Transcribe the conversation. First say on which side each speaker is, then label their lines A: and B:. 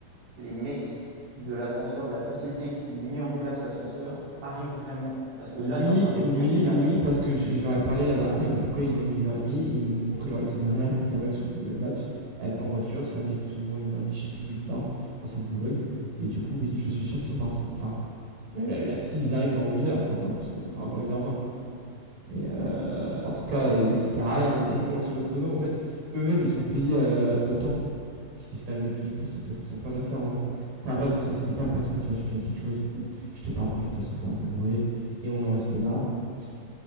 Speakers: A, on the right; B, on the right.
A: les mecs de l'ascenseur, de la société qui met en place l'ascenseur, arrivent vraiment. Parce que
B: Oui,
A: là, t'es en train de me
B: oui,
A: dire qu'ils arrivent.
B: oui, parce que je, je leur ai parlé la dernière fois, je leur ai dit pourquoi ils ont mis une heure et demie et ils m'ont montré leur itinéraire. Et c'est vrai que sur Google Maps, en voiture, ça met plus ou moins une heure et demie, je sais plus d'où ils partent. Enfin, c'est de Boulogne. Mais du coup, oui, je suis sûr qu'ils sont partis. Enfin, Là, là, là, s'ils arrivent dans une heure maintenant, parce que, enfin, dans une heure vingt. Mais euh, en tout cas, il ça sert à rien. Dès qu'on lance le chrono, en fait, eux-mêmes, ils sont payés euh, autant. Donc, ils essaient d'arriver le plus vite possible parce qu'ils sont plein d'affaires. En... Enfin, bref, ça, c'est pas le patron qui va changer quelque chose. Donc, je te parle plus. De toute façon, t'es demeuré. Et on en reste là. Je-